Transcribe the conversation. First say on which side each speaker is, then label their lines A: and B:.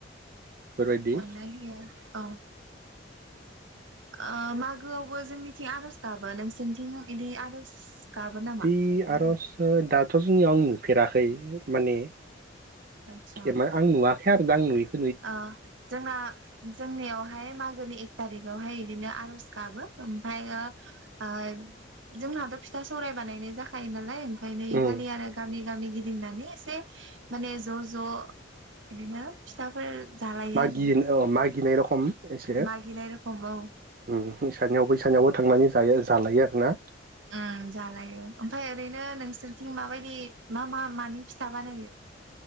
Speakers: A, on the right; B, on the right.
A: बेफोरबायदि
B: अननाय होयो औ ओ मागोआवबो जोंनिथिं आरज गाबो नोंसोरनिथिं इदि आरज गाबो नामा
A: थि आरजफोर दाथ जोंनियाव नुफेराखै माने
B: आतसा
A: एमान आं नुवाखै आरो दा आं नुयिख
B: ओ जोंना जोंनियावहाय मागोनि एक थाथिखौ आवहाय इदिनो आरज गाबो ओमफायो ओ जोंना थ फिथा सौराय बानायनाय जाखायो नालाय ओंखायनो इखालि
A: उम
B: आरो गामि गामि गिदि दिंनानै एसे माने ज ज इदिनो फिथाफोर जालायो
A: मागियो
B: आरो
A: अ मागिनाय रखम एस से ओम
B: मागिनाय रखम औ
A: ओइसानियाव बैसानियावबो थांनानै जायो जालायो आरो ना
B: ओम जालायो ओमफ्राय ओरैनो नोंसोरथिं माबायदि मा मा मानि फिथा बानायो?